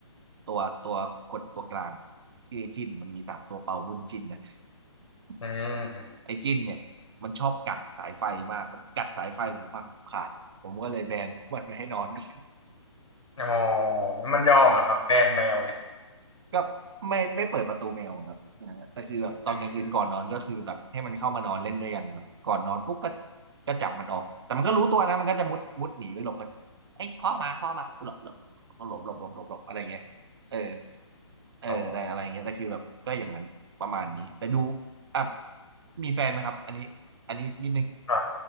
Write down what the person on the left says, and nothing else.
อืม
อ๋อมันยอมเหรอครับแบรนด์แมวเนี่ย
อืม
อ๋อ
อ่า